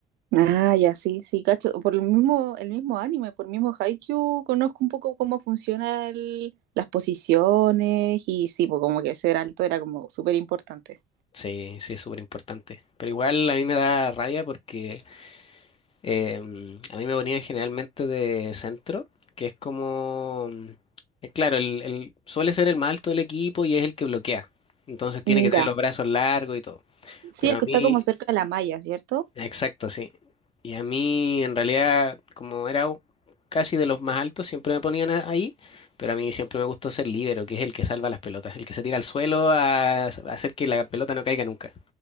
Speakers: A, on the right (about 80°); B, on the left (about 35°).
A: Ah, ya, sí, sí, cacho. Por el mismo, el mismo anime, por el mismo Haikyuu, conozco un poco cómo funcionan las posiciones y sí, pues como que ser alto era como súper importante.
B: Sí, sí, es súper importante. Pero igual a mí me da rabia porque em, a mí me ponían generalmente de centro, que es como, eh, claro, el, el- suele ser el más alto del equipo y es el que bloquea. Entonces tiene
A: Mm,
B: que tener
A: Ya.
B: los brazos largos y todo.
A: Sí,
B: Pero
A: el
B: a
A: que
B: mí,
A: está como cerca de la malla, ¿cierto?
B: Exacto, sí. Y a mí, en realidad, como era u- casi de los más altos, siempre me ponían a- ahí, pero a mí siempre me gustó ser líbero, que es el que salva las pelotas, el que se tira al suelo a, a hacer que la pelota no caiga nunca.